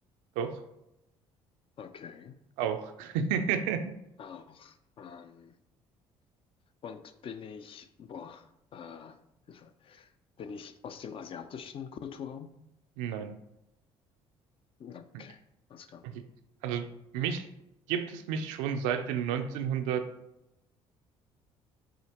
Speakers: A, on the right; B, on the left.
A: Doch.
B: Okay,
A: Auch. <laughs>
B: auch. Ähm, und bin ich... Boah, äh, Hilfe. Bin ich aus dem asiatischen Kulturraum?
A: Nein.
B: Okay,
A: Okay.
B: alles klar.
A: Okay. Also mich gibt es mich schon seit den 1950ern?